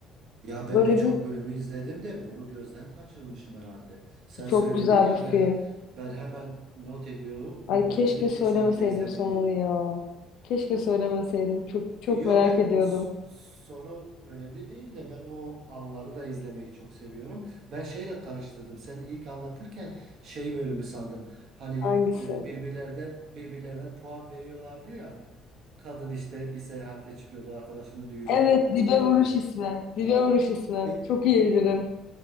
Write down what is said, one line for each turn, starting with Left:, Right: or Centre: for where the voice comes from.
Right: Ya ben
Left: Böyle
Right: birçok
Left: bir
Right: bölümü izledim de bunu gözden kaçırmışım herhalde. Sen
Left: çok
Right: söyledin
Left: güzel
Right: ya
Left: bir film.
Right: ben he- ben hemen not ediyorum.
Left: Ay
Right: Bu bölümü
Left: keşke
Right: de kesinlikle
Left: söylemeseydim
Right: izlemeliyim.
Left: sonunu ya. Keşke söylemeseydim. Çok çok
Right: Yo
Left: merak
Right: ben
Left: ediyordum.
Right: s- sonu önemli değil de ben o anları da izlemeyi çok seviyorum. Ben şeyle karıştırdım. Sen ilk anlatırken şey bölümü sandım. Hani
Left: Hangisi?
Right: e, birbirlerine birbirlerine puan veriyorlardı ya. Kadın işte bir seyahate çıkıyordu, arkadaşının düğününe
Left: Evet,
Right: gidecekti.
Left: Dibe Vuruş ismi. Dibe Vuruş ismi.
Right: E,
Left: Çok iyi bilirim.